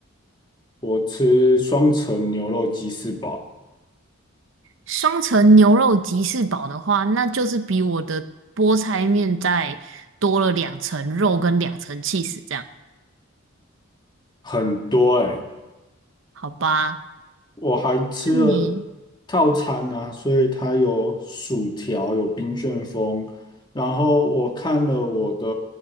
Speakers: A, on the left; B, on the right.
A: 我吃双层牛肉鸡翅堡，
B: 双层牛肉吉士堡的话，那就是比我的菠菜面再多了两层肉跟两层 cheese，这样
A: 很多诶、
B: 好吧？
A: 我还吃了
B: 那你
A: 套餐啊，所以它有薯条，有冰旋风，然后我看了我的